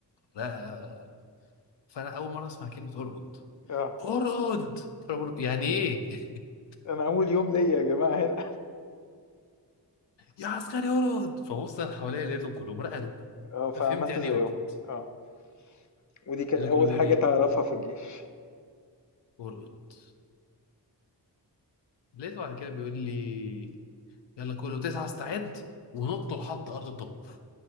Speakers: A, on the left (about 80°); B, on the left (about 45°).
A: لا فانا اول مره اسمع كلمه ارقد
B: اه
A: ارقد فبقول يعني ايه <laughs>
B: انا اول يوم ليا يا جماعة هنا
A: يا عسكري ارقد فبص انا حواليا لقيتهم كلهم رقدوا
B: اه
A: ففهمت
B: فعملت
A: يعني
B: زيهم
A: ايه ارقد
B: اه ودي كانت
A: لقيته
B: اول
A: كله بيقول
B: حاجة
A: ايه
B: تعرفها في الجيش
A: ارقد لقيته بعد كده بيقول لي يلا كله تسعة استعد ونط لحد ارض الطابور